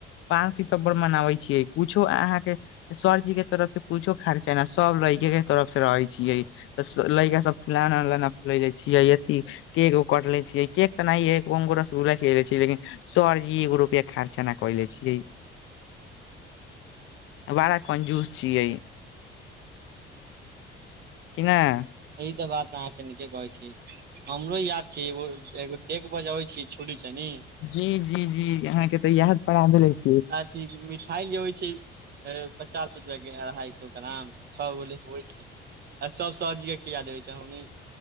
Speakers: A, on the left; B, on the right.
A: पाँच सितम्बर मनाबे छियै कुछो अहाँके सर सर् जी के तरफ से कुछो खर्चा ने सब लैके के तरफ से रहे छियै त लड़का सब फुलोना उलाना फुल ले छियै अथी केक उक कट ले छियै केक त नहि ह को रसगुला खेलै छी लेकिन सरजी एगो रुपआ खर्चा ने कले छियै
B: <unintelligible>
A: बारा कंजूस छियै कि नहि
B: यह तऽ बात अहाँके नीके कहै छी हमरो याद छी एगो एगो एक बजे अबै छियै छोरी सनी
A: जी जी जी अहाँके तऽ याद परा दे छीयै
B: मिठाई जे होइ छै पचास रुपआ के अढ़ाई सए क्राम छ गो आ सब सरजी के खिला देबे